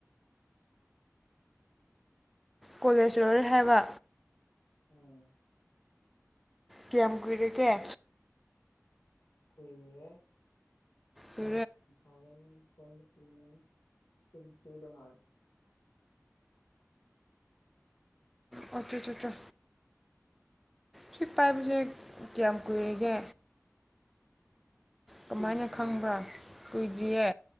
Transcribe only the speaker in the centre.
ꯀꯣꯂꯦꯁꯔ ꯍꯥꯏꯕ
ꯀꯌꯥꯝ ꯀꯨꯏꯔꯒꯦ
ꯍꯦ
ꯑꯣ ꯆ ꯆ ꯆ ꯁꯤ ꯄꯥꯏꯕꯁꯦ ꯀꯌꯥꯝ ꯀꯨꯏꯔꯤꯒꯦ ꯀꯃꯥꯏꯅ
ꯈꯪꯕ꯭ꯔꯥ ꯀꯨꯏꯗ꯭ꯌꯦ